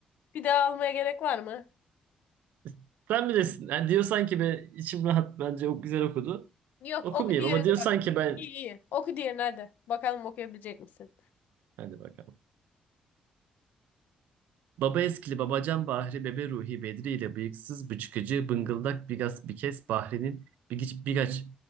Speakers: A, on the left; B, on the right.
A: Bir daha almaya gerek var mı?
B: <laughs> Sen bilirsin. Yani diyor sanki ben içim rahat bence o güzel okudu.
A: Yok
B: Okumayayım
A: oku diğerini
B: ama diyor sanki
A: bak.
B: ben
A: İyi iyi. Oku diğerini hadi. Bakalım okuyabilecek misin?
B: Hadi bakalım. Baba eskili babacan Bahri bebe Ruhi Bedri ile bıyıksız bıçkıcı bıngıldak bigas bikes Bahri'nin bigiç bigaç